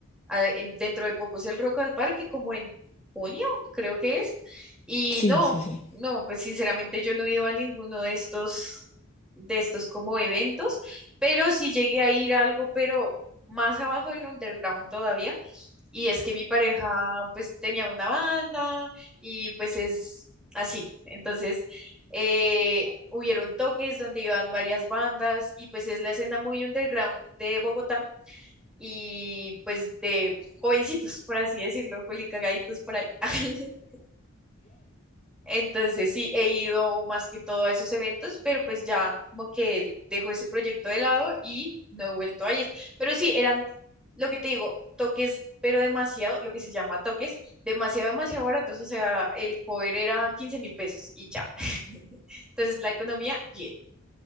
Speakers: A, in the centre; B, on the left.
A: ah, en- dentro de poco es el Rock al Parque, como en junio, creo que es. Y
B: Sí,
A: no,
B: sí, sí.
A: no, pues sinceramente yo no he ido a ninguno de estos, de estos como eventos, pero sí llegué a ir a algo, pero más abajo del underground todavía. Y es que mi pareja pues tenía una banda y pues es así. Entonces, eh, hubieron toques donde iban varias bandas y pues es la escena muy underground de Bogotá y pues de jovencitos, por así decirlo, culicagaditos por ahí. <laughs> Entonces sí, he ido más que todo a esos eventos, pero pues ya como que dejo ese proyecto de lado y no he vuelto a ir. Pero sí, eran, lo que te digo, toques, pero demasiado, lo que se llama toques, demasiado, demasiado baratos. O sea, el cover era quince mil pesos y ya. <laughs> Entonces la economía, bien.